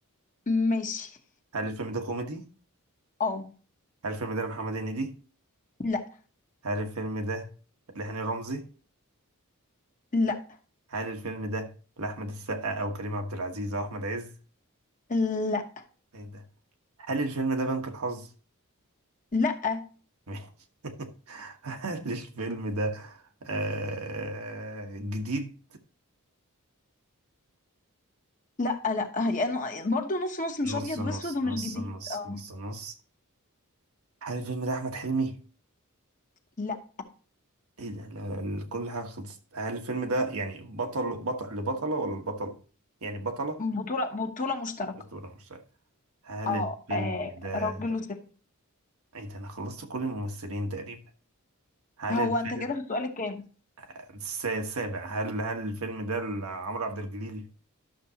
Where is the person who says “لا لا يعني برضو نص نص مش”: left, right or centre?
Left